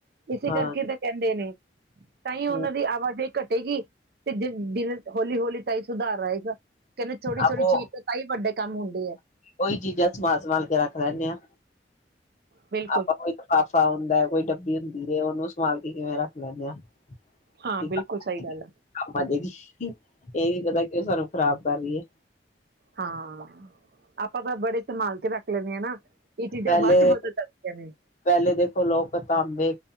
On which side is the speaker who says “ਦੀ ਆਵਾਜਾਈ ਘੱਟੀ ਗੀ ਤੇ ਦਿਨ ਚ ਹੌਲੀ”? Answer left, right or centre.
Right